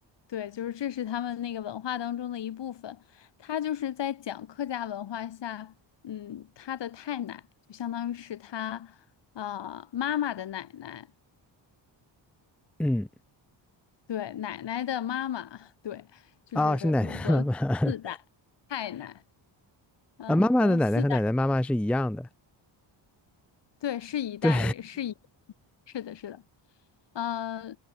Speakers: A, on the left; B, in the centre.
A: 对，就是这是他们那个文化当中的一部分。他就是在讲客家文化下，嗯，他的太奶就相当于是他啊、呃妈妈的奶奶，
B: 嗯
A: 对，奶奶的妈妈，对，就是可能隔了四代，
B: 啊，是奶奶妈妈 <laughs>
A: 太奶，嗯，
B: 啊，妈妈的奶奶和奶奶妈妈是一样的，
A: 隔了四代，对，是一代，
B: 对
A: 是一，是的，是的。呃，